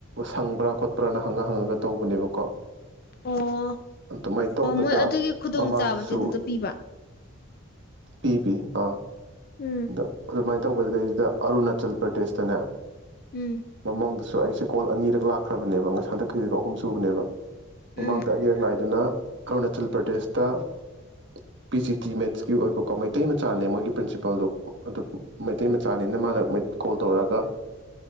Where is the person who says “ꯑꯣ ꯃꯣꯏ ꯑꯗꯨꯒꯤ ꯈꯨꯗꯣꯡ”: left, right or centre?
Left